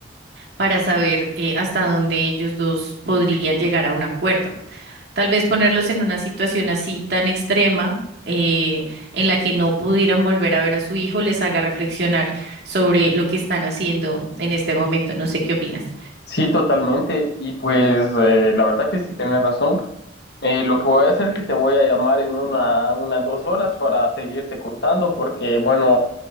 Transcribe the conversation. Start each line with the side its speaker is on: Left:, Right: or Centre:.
Right: para saber eh, hasta dónde ellos dos podrían llegar a un acuerdo. Tal vez ponerlos en una situación así tan extrema, eh, en la que no pudieran volver a ver a su hijo, les haga reflexionar sobre lo que están haciendo en este momento. No sé qué opinas.
Left: Sí, totalmente, y pues eh, la verdad que sí tenés razón. Eh, lo que voy a hacer es que te voy a llamar en una, unas dos horas para seguirte contando porque, bueno,